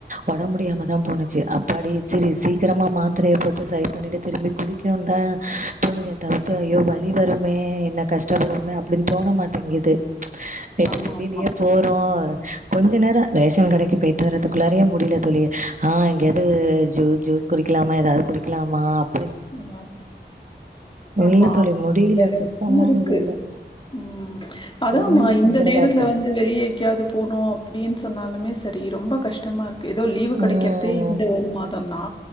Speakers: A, on the right; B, on the left.
A: உடம்பு முடியாம தா போணுச்சு அப்பாடி செரி சீக்கிரமா மாத்திரைய போட்டு சரி பண்ணிட்டு திரும்பி குடிக்கணுதா தோணுதே தவிர்த்து ஐயோ வலி வருமே என்ன கஷ்டப்படுவோமே அப் டி தோண மாட்டேங்கிது இப்ப
B: ஆமா
A: வெளியிலயே
B: ஆமா ஆமா
A: போ றோ கொஞ்ச நேரொ ரேஷன் கடைக்கி போயிட்டு வர்றதுக்குள்ளாரயே முடிய்ல தோழி ஆ எங்கையாது ஜூஸ் குடிக்லாமா ஏதாவ்து குடிக்லாமா அப்
B: அ ஆமா
A: இல்ல தோழி
B: அ <unintelligible>
A: முடியல. சுத்தமா
B: இருக்கு
A: முடியல.
B: ம் அதாமா
A: ரொம்ப
B: இந்த
A: தொந்தரவா
B: நேரத்துல
A: இருக்கு.
B: வந்து வெளிய எங்கையாவ்து போணு அப்டின் சொன்னாலுமே செரி ரொம்ப கஷ்டமா இருக் க்கு ஏதோ லீவு கெடைக்கற்தே
A: ம்.
B: இந்த ஒரு மாதொந்தா